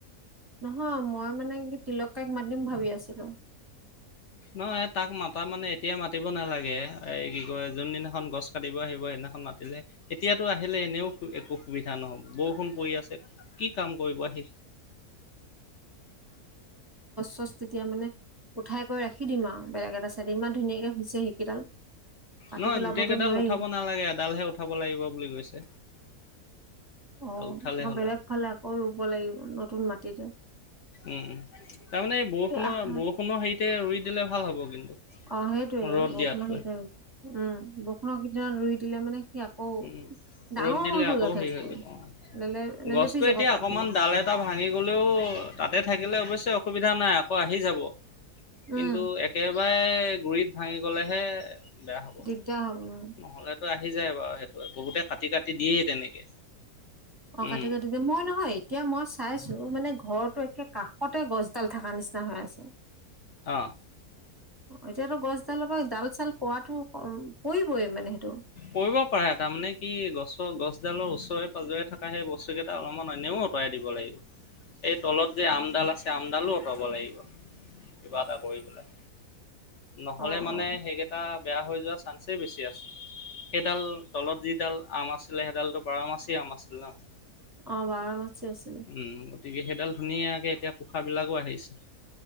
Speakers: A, on the right; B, on the left.
A: নহয় মই মানে কি তিলক কাইক মাতিম ভাবি আছিলো
B: নহয় তাক মাতা মানে এতিয়া মাতিব নালা- গে <unintelligible> এই কি কয় যোনদিনাখন গছ কাটিব আহিব সেইদিনাখন মাতিলেহে এতিয়াতো আহিলে এনেও একো সুবিধা নহ'ব বৰষুণ পৰি আছে কি কাম কৰিব আহি
A: তছ তেতিয়া মানে উঠাই কৰি ৰাখি দিম আৰু বেলেগ এটা চাইডে ইমান ধুনীয়াকে হৈছে সেইকেইডাল কাটি
B: নহয়
A: পেলাবতো
B: গোটেই কেইডাল
A: নোৱাৰি
B: উঠাব নালাগে এডালহে উঠাব লাগিব বুলি কৈছে
A: অ
B: এডাল উঠালে
A: আকৌ
B: হ'ল
A: বেলেগ
B: আৰু
A: ফালে আকৌ ৰুব লাগিব নতুন মা- তিতে
B: উম তাৰমানে এই বৰষুণৰ
A: আহা
B: বৰষুণৰ হেৰিতে ৰুই দিলে ভাল হ'ব কিন্তু
A: অ সেইটোয়ে
B: ৰ'দ
A: বৰষুণৰ
B: দিয়াতকৈ
A: <unintelligible> উম বৰষুণৰ কেইদিনত ৰুই দিলে মানে সি আকৌ
B: উম
A: ডাঙৰ
B: ৰ'দ দিলে
A: হ'লতো
B: আকৌ
A: যথেষ্ট
B: হেৰি হৈ যাব
A: লেলে লেলেপি
B: গছটো
A: যাব
B: এতিয়া
A: পাত
B: অকমান
A: বিলাক
B: ডাল এটা ভাঙি গলেও তাতে <unintelligible> থাকিলে অৱশ্যে অসুবিধা নাই আকৌ আহি যাব কিন্তু
A: উম
B: একে- বাই গুৰিত ভাঙি গলেহে বেয়া হ'ব
A: দিগদাৰ হ'ব উ
B: নহ'লেতো আহি যায় বাৰু সেটো বহুতে কাটি কাটি দিয়েই তেনেকে
A: অ
B: উম
A: কাটি কাটি মই নহয় এতিয়া মই চাইছো মানে ঘৰটো কাষতে গছডাল থকা নিচিনা হৈ আছে
B: অঁ
A: এতিয়াতো গছডালৰ পৰা ডাল চাল পোৱাতো পৰিবই মানে সেইটো
B: পৰিব পাৰে তাৰমানে কি গছৰ গছডালৰ ওচৰে পাজৰে থকা সেই বস্তু কেইটা অলপমান এনেও অঁতৰাই দিব লাগিব এই তলত যে আমডাল আছে আমডালো অঁতৰাব লাগিব কিবা এটা কৰি পেলাই নহলে
A: অ
B: মানে
A: অ
B: সেইকেইটা বেয়া হৈ যোৱা চান্সেই বেছি আছে। সেইডাল তলত যিডাল আম আছিলে সেইডালটো বাৰ মাচিআম আছিলে ন। <unintelligible>
A: অঁ বাৰ মাচি আছিলে।
B: উম,
A: <unintelligible>
B: গতিকে সেইডাল ধুনীয়াকে এতিয়া পোখা বিলাকো আহিছে।